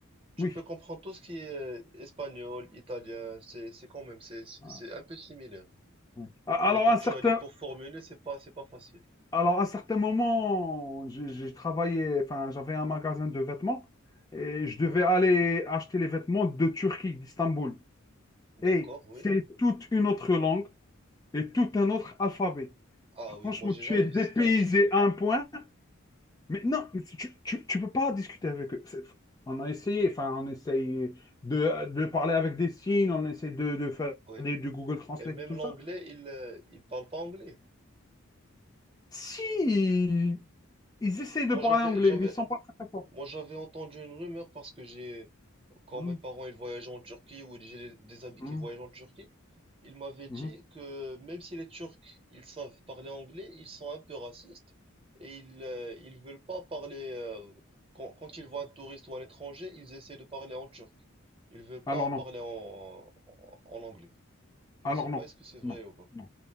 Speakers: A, on the right; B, on the left.
A: tu
B: Oui.
A: peux comprendre tout ce qui est euh, espagnol, italien, c'est c'est quand même c'est c'est
B: Ah,
A: c'est un peu similaire.
B: ouais. Alors,
A: Mais comme
B: un certain
A: tu as dit, pour formuler, c'est pas, c'est pas facile.
B: Alors, à certains moments, j'ai j'ai travaillé, enfin, j'avais un magasin de vêtements et je devais
A: Oui,
B: aller acheter les vêtements de Turquie, d'Istanbul.
A: d'accord,
B: Et
A: oui.
B: c'est toute une autre langue et tout un autre alphabet.
A: Ah oui,
B: Franchement,
A: moi j'ai
B: tu
A: jamais
B: es dépaysé
A: visité la Turquie.
B: à un point, mais non, mais tu, tu, tu peux pas discuter avec eux. C'est- On a essayé, enfin, on essaye de, de parler avec des signes, on essaye de, de faire
A: Oui.
B: des- du Google Translate
A: Et même
B: et tout
A: l'anglais,
B: ça.
A: il, euh, il parle pas anglais.
B: Si, ils essayent de
A: Moi
B: parler
A: j'avais,
B: anglais,
A: j'avais,
B: mais ils sont pas très, très forts.
A: moi j'avais entendu une rumeur parce que j'ai, Quand
B: Hmm,
A: mes parents ils voyageaient en Turquie ou j'ai des des amis
B: hmm.
A: qui voyagent en Turquie, ils m'avaient
B: Mhm.
A: dit que même si les Turcs ils savent parler anglais, ils sont un peu racistes et ils euh, ils veulent pas parler euh, quand, quand ils voient un touriste ou un étranger, ils essaient de parler en turc. Ils veulent
B: Alors
A: pas parler
B: non.
A: en, en, en anglais.
B: Alors
A: Je sais
B: non.
A: pas est-ce que c'est
B: Non.
A: vrai ou pas.
B: Non.